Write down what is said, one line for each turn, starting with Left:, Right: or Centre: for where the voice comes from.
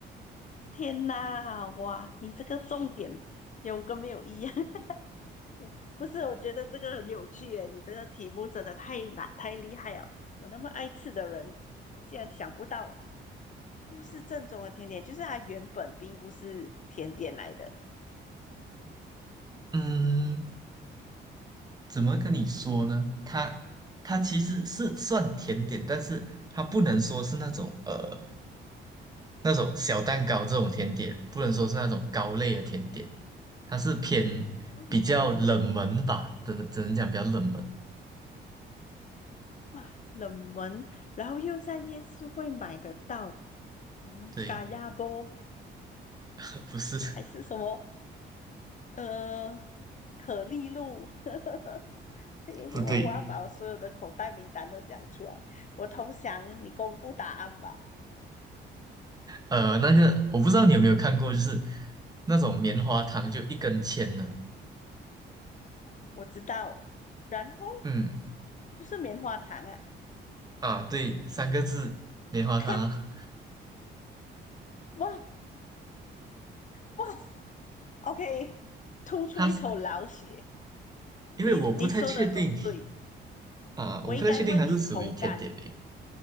Left: 天呐，哇，你这个重点有跟没有一样？<laughs> 我不是，我觉得这个很有趣耶，你这个题目真的太难太厉害了。我那么爱吃的人，我竟然想不到不是正宗的甜点，就是它原本并不是甜点来的。
Right: 嗯，怎么跟你说呢？它它其实是算甜点，但是它不能说是那种呃那种小蛋糕这种甜点，不能说是那种糕类的甜点，它是偏比较冷门吧，
Left: 嗯，
Right: 只能只能讲比较冷门。
Left: 哇，冷门，然后又在夜市会买得到，嗯，
Right: 对，
Left: 嘎亚波
Right: 呃不是，
Left: 还是什么，呃，可丽露，<laughs> 还有什么？
Right: <laughs> 不对，
Left: 我要把我所有的口袋名单都讲出来。我投降，你公布答案吧。
Right: 呃，那个我不知道你有没有看过，就是那种棉花糖，就一根签的。
Left: 我知道，然后
Right: 嗯，
Left: 就是棉花糖啊，
Right: 啊，对，三个字，棉花糖啊。
Left: 哈，哇哇，OK，吐出一口老血。
Right: 它是因为我不太确定
Left: 你你说的都对，
Right: 啊，
Left: 我应该问你口感
Right: 我不太确定它是属于甜点饼